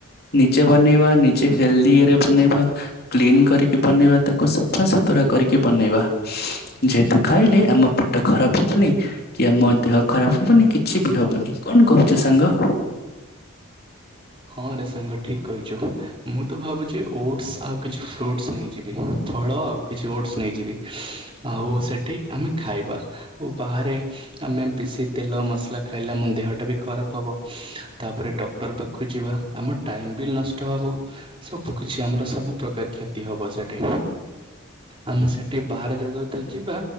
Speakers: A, on the left; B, on the right.
A: ନିଜେ ବନେଇବା ନି ହେଲଦି ରେ ବନେଇବା କ୍ଲିନ କରିକି ବନେଇବା ତାକୁ ସଫା ସୁତୁରା କରିକି ବନେଇବା। ଯେହେତୁ ଖାଇଲେ ଆମ ପେଟ ଖରାପ ହବନି। କି ଆମ ଦେହ ଖରାପ ହବନି କିଛି ବି ହବନି କଣ କହୁଛୁ ସାଙ୍ଗ?
B: ହଁ ରେ ସାଙ୍ଗ ଠିକ କହିଛୁ। ମୁଁ ତ ଭାବୁଛି ଓଟ୍ସ ଆଉ କିଛି ଫ୍ରୁଟ୍ସ ନେଇଯିବି ଫଳ ଆଉ କିଛି ଓଟସ ନେଇଯିବି। ଆଉ ସେଠି ଆମେ ଖାଇବା ଆଉ ବାହାରେ ଆମେ ବେଶୀ ତେଲ ମସଲା ଖାଇଲେ ଆମ ଦେହଟା ବି ଖରାପ ହବ ତାପରେ ଡକ୍ଟର ପାଖ ପାଖକୁ ବି ଯିବା ଆମ ଟାଇମ୍ ବି ନଷ୍ଟ ହେବ। ସବୁ କିଛି ଆମର ସବୁ ପ୍ରକାର କ୍ଷତି ହବ ସେଠି। ଆମେ ସେଠି ବାହାର ଜାଗାକୁ ଯେତେବେଳେ ଯିବା